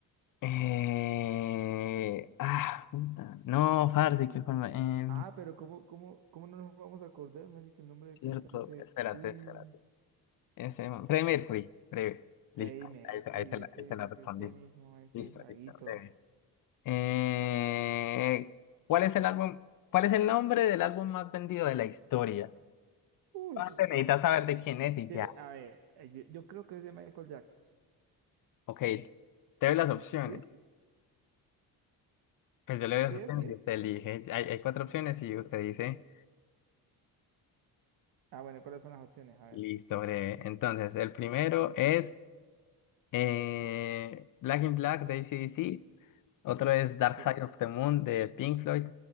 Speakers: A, on the left; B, on the right.
A: Eh, ah, puta, no, Farsi, qué forma, eh,
B: Ah, pero ¿cómo, cómo, cómo no nos vamos a acordar, marica, el nombre del
A: cierto,
B: cantante de
A: espérate,
B: Queen?
A: espérate. Ese, man. Freddie Mercury, breve.
B: Freddie
A: Listo,
B: Mercury,
A: ahí, te ahí te la,
B: ese
A: ahí te la
B: es
A: respondí.
B: ese mismo, ese
A: Listo,
B: el vaguito.
A: listo, breve. Eh, ¿cuál es el álbum, cuál es el nombre del álbum más vendido de la historia?
B: Uy,
A: Aparte, necesitas saber de quién es y
B: debe-
A: ya.
B: a ver, eh, yo, yo creo que es de Michael Jackson.
A: Ok, te doy las opciones.
B: ¿Sí? es?
A: Pues yo le doy
B: ¿Sí
A: las opciones
B: es? ¿Sí es?
A: y usted elige. Hay, hay cuatro opciones y usted dice,
B: Ah, bueno, ¿cuáles son las opciones? A
A: listo,
B: ver.
A: breve. Entonces, el primero es Eh, Black in Black de AC/DC. Otro es Dark
B: Ok.
A: Side of the Moon de Pink Floyd.